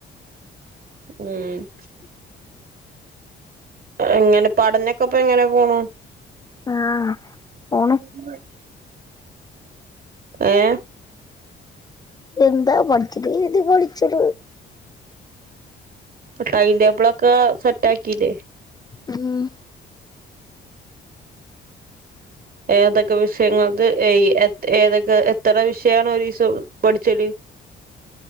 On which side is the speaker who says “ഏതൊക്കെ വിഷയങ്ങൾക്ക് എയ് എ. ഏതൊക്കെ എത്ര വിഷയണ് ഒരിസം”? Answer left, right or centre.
Right